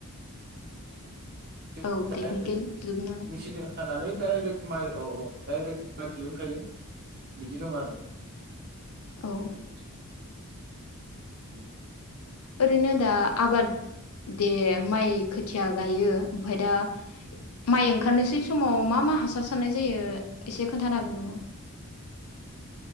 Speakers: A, on the right (about 45°); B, on the left (about 70°).
A: <unintelligible>
B: औ टेकनिकेल जुग नालाय
A: मिसिनजों हानानै दाइरेक माइ औ औ दाइरेक माइ दिहुनखायो बिदि दं आरो
B: औ
A: <unintelligible> <unintelligible>
B: ओरैनो दा आबाद दे माइ खोथिया गायो ओमफाय दा माइ ओंखारनोसै समाव मा मा हासार सारनाय जायो? एसे खोन्थानो हागोन नामा?